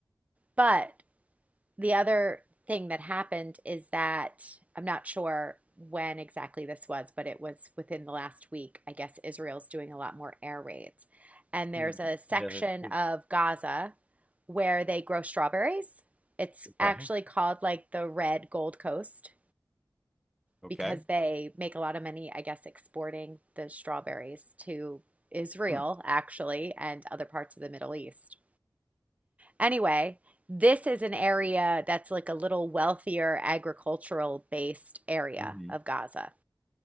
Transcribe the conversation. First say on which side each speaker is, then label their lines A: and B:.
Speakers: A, on the right (about 20°); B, in the centre.
A: But the other thing that happened is that I'm not sure when exactly this was, but it was within the last week. I guess Israel's doing a lot more air raids. And there's
B: Mm.
A: a section
B: Yeah. that's- that's
A: of Gaza where they grow strawberries. It's actually
B: Right.
A: called like the Red Gold Coast
B: Okay.
A: because they make a lot of money, I guess, exporting the strawberries to Israel,
B: Hmm.
A: actually, and other parts of the Middle East. Anyway, this is an area that's like a little wealthier agricultural based area
B: hmm
A: of Gaza,